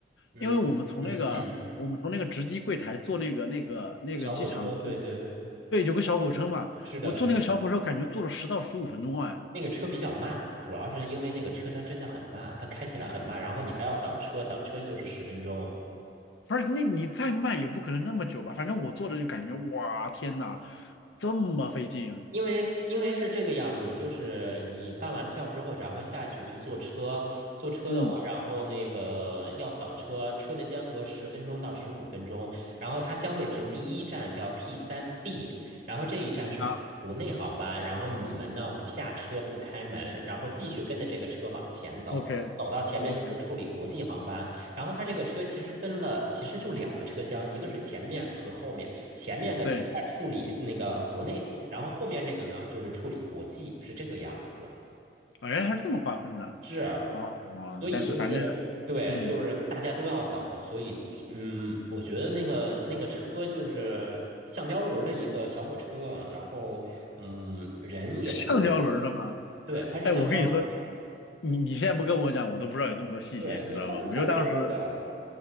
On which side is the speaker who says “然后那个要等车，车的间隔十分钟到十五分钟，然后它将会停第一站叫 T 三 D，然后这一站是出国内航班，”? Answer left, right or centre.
Right